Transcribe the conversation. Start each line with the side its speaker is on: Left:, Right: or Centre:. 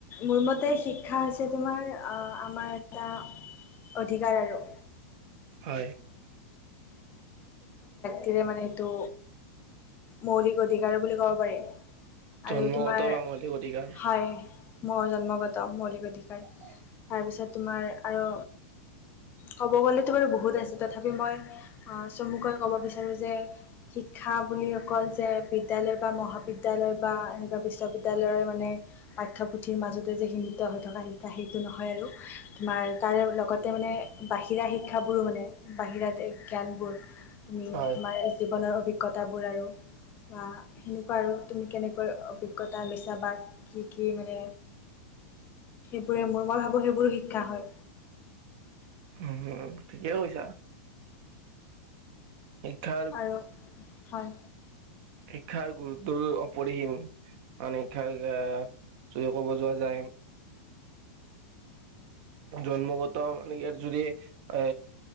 Left: মোৰ মতে শিক্ষা হৈছে তোমাৰ আহ আমাৰ এটা অধিকাৰ আৰু
Right: হয়
Left: যে মানে এইটো মৌলিক অধিকাৰ বুলি ক'ব পাৰি।
Right: জন্মগত
Left: আৰু তোমাৰ
Right: বা মৌলিক অধিকাৰ
Left: হয় মোৰ জন্মগত মৌলিক অধিকাৰ।
Right: <unintelligible>
Left: তাৰপিছত তোমাৰ আৰু ক'ব গ'লে তো বাৰু বহুত আছে তথাপি মই অ চমুকৈ কব বিচাৰো যে শিক্ষা বুলি অকল যে বিদ্যালয় বা মহাবিদ্যালয় দালৈ বা এনেকুৱা বিশ্ববিদ্যালয়ৰ মানে পাঠ্যপুথিৰ মাজতে যে সীমিত হৈ থকা শিক্ষা সেইটো নহয়। হয় আৰু তোমাৰ তাৰে লগতে মানে বাহিৰা শিক্ষাবোৰো মানে বাহিৰাতে জ্ঞানবোৰ তুমি
Right: হয়
Left: তোমাৰ জীৱনৰ অভিজ্ঞতাবোৰ আৰু বা সেনেকুৱা আৰু তুমি কেনেকৈ অভিজ্ঞতা লৈছা বা কি কি মানে সেইবোৰে মোৰ মই ভাবো সেইবোৰো শিক্ষা হয়।
Right: উম ঠিকে কৈছা শিক্ষাৰ
Left: আৰু হয়
Right: শিক্ষাৰ গুৰুত্বৰ অপৰিসীম। আন শিক্ষা যদিও ক'ব যোৱা যায়। জন্মগত মানে ইয়াত যদি এ এ